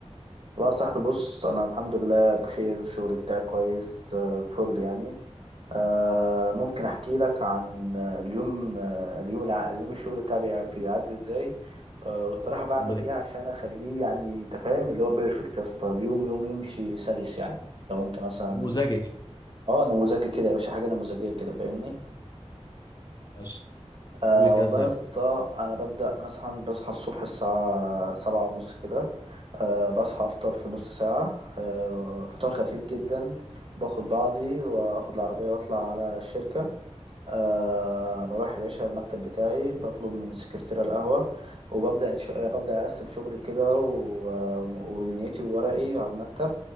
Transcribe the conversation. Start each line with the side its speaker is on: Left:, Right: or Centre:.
Right: والله يا صاحبي بص انا الحمد لله بخير الشغل بتاعي كويس آه، فل يعني آه، ممكن احكي لك عن آه، اليوم آه، اليوم الع... اليوم الشغل بتاعي بيع- بيعدي ازاي آه، والصراحه بعمل
Left: طب ما تحكي
Right: ايه عشان اخليه يعني انت فاهم اللي هو بيرفكت يا اسطى اليوم يوم يمشي سلس يعني لو انت مثلا
Left: نموذجي يعني.
Right: اه نموذجي كده يا باشا حاجه نموذجيه كده فاهمني
Left: ماشي
Right: أه
Left: قول لي كده
Right: والله
Left: ازاي
Right: يا اسطى
Left: بقى.
Right: أنا ببدأ مثلا بصحى الصبح الساعة سبعة ونص كده أه بصحى أفطر في نص ساعة أه فطار خفيف جدا باخد بعضي وآخد العربية وأطلع على الشركة أه بروح يا باشا المكتب بتاعي بطلب من السكرتيرة القهوة وببدأ إنش... ببدأ أقسم شغلي كده و... ودنيتي وورقي على المكتب